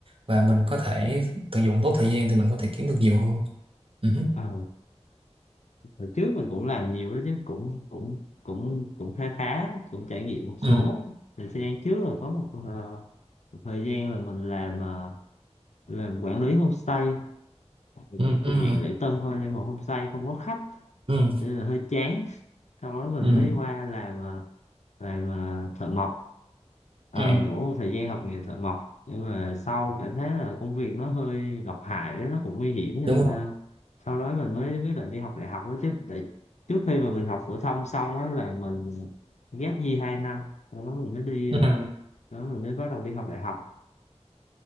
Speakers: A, on the right (about 50°); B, on the left (about 80°).
A: và mình có thể tận dụng tốt thời gian thì mình có thể kiếm được nhiều hơn ừ.
B: ờ. hồi trước mình cũng làm nhiều đó chứ cũng cũng cũng cũng khá khá cũng trải nghiệm một số
A: Ừ.
B: thời gian trước là có một, ờ, một thời gian là mình làm ờ, làm quản lý homestay Thì
A: Ừ.
B: cũng
A: Ừ.
B: thuộc
A: Ừ.
B: dạng lễ tân thôi nhưng mà homestay không có khách
A: Ừ.
B: nên là hơi chán sau đó mình
A: ừ.
B: mới qua làm ờ, làm ờ, thợ mộc Ờ,
A: Ừ,
B: cũng một thời gian học nghề thợ mộc nhưng mà sau cảm thấy là công việc nó hơi độc hại đấy nó cũng nguy hiểm nên
A: đúng rồi.
B: ờ, sau đó mình mới quyết định đi học đại học đó chứ tại trước khi mà mình học phổ thông xong á là mình ghép gì hai năm sau đó mình mới đi
A: Ừ,
B: ờ, đó mình mới bắt đầu đi học đại học